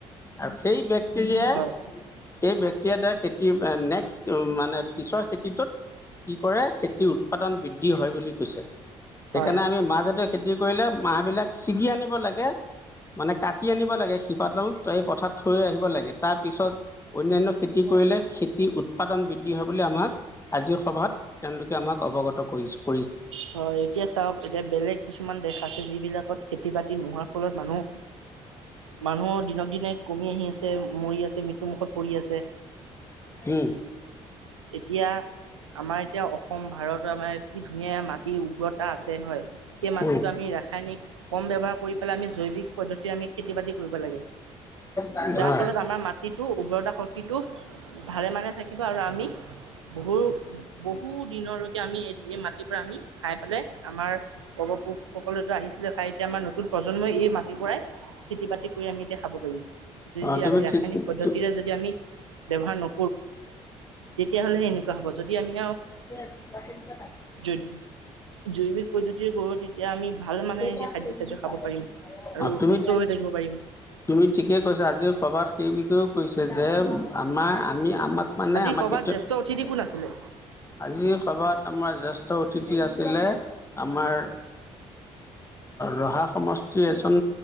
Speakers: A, on the left (about 20°); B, on the right (about 80°).
A: আৰু সেই বেক্টেৰিয়া
B: হয় হয়
A: সেই বেক্টেৰিয়াাৰ খেতি নেক্স উ মানে পিছৰ খেতিটোত কি কৰে খেতিৰ উৎপাদন বৃদ্ধি হয় বুলি কৈছে সেইকাৰণে
B: হয়
A: আমি মাহ জাতীয় খেতি কৰিলে মাহ বিলাক ছিগি আনিব লাগে মানে কাটি আনিব লাগে শিপাডাল এই পথাৰ থৈ আহিব লাগে তাৰ পিছত অনন্য়ান্য খেতি কৰিলে খেতিৰ উৎপাদন বৃদ্ধি হব আমাক আজিৰ সভাত তেওঁলোকে আমাক অৱগত কৰিছে
B: হয় এতিয়া চাওক এতিয়া বেলেগ কিছুমান দেশ আছে য বিিলাকত খেতি বাতি নোহোৱাৰ ফলত মানুহ মানুহ দিনক দিনে কমি আহি আছে মৰি আছে মৃত্যুমুখত কৰি আছে
A: উম।
B: এতিয়া আমাৰ এতিয়া অসম ভাৰতৰ আমাৰ কি ধুনীয়া মাত মাটিৰ উ্বৰতা আছে হয় সেই মাটিটো
A: উম
B: আমি ৰাসায়নিক কম ব্যৱহাৰ কৰি পেলাই আমি জৈৱিক পদ্ধতি আমি খেতি বাতি কৰিব লাগে
A: হয়।
B: যাৰ ফলত আমাৰ মাটিটো উৰ্বৰতা শক্তিটো ভালে মানে থাকিব আৰু আমি বহু বহু দিনলৈকে আমি এ এই মাটিৰ পৰা আমি খাই পেলাই আমাৰ পৰ্বপুৰুষসকলেতো আহিছিলে খাই এতিয়া আমাৰ নতুন প্ৰজন্মই এই মাটিৰ পৰাই খেতি বাতি কৰি আমি এতিয়া খাব য
A: অ তুমি
B: আমি
A: ঠিক
B: ব্যহ নো তেতিয়াহ'লে সেনেকুৱা হ'ব যদি আমি আৰু
A: দে বচন্ত
B: ৈ জৈৱিক পদ্ধতিৰ কৰৰু তেতিয়া আমি ভাল মানহে
A: অ',
B: এতিয়া খাদ্য চাদ্যয় খাব পাৰিম আৰু
A: তুমি
B: সুস্থ হৈ থাকিব পাৰিম
A: তুমি ঠিকে কৈছা আজিৰ সভাত সেই বিষয়েও কৈছে যে আমাৰ আমি আমাক মানে
B: আজি
A: আমাক
B: কৰ'বাত
A: সেইটোত
B: জ্যেষ্ঠ অতিথি কোন আছিলে
A: আজিৰ সভাত আমাৰ জ্যেষ্ঠ অতিথি আছিলে আমাৰ ৰহা সমষ্টি এজন